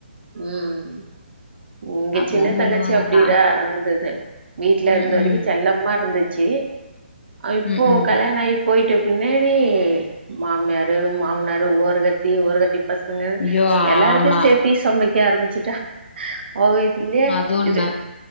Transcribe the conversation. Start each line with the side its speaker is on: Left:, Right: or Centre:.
Right: உம் இங்க
Left: அப்டிதா
Right: சின்ன தங்கச்சி
Left: சொல்லுவாங்கன்னா
Right: அப்படிதான் இருந்தது வீட்ல இருந்த
Left: ம்
Right: வரைக்கும்
Left: ம்
Right: செல்லமா இருந்துச்சு இப்போ
Left: ம் ம்
Right: கல்யாணம் ஆய் போய்ட்ட பின்னாடி மாமியாரு மாமனாரு ஓரகத்தி ஓரகத்தி பசங்க
Left: ஐயோ ஆமா
Right: எல்லாருக்குமே சேத்தி சமைக்க ஆரம்பிச்சுட்டா ஓ இதுல்லே
Left: அது உண்ம
Right: இ